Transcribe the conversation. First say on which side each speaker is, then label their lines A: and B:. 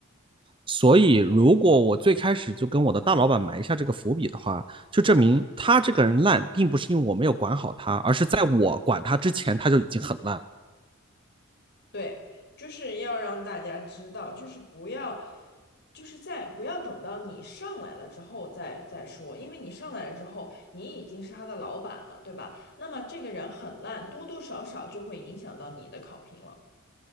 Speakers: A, on the right (about 25°); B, on the left (about 55°).
A: 所以，如果我最开始就跟我的大老板埋下这个伏笔的话，就证明他这个人烂，并不是因为我没有管好他，而是在我管他之前，他就已经很烂了。
B: 对，就是要让大家知道，就是不要，就是在不要等到你上来了之后再再说，因为你上来了之后，你已经是他的老板了，对吧？那么这个人很烂，多多少少就会影响到你的考评了。